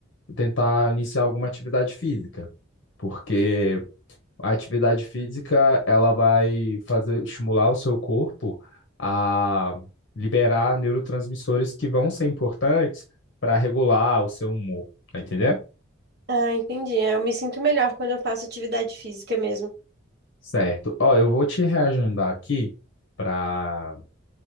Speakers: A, on the left; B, on the right.
A: tentar iniciar alguma atividade física, porque A atividade física, ela vai fazer estimular o seu corpo a liberar neurotransmissores que vão ser importantes para regular o seu humor, tá entendendo?
B: Ah, entendi. É, Eu me sinto melhor quando eu faço atividade física mesmo.
A: Certo. Ó, eu vou te reagendar aqui para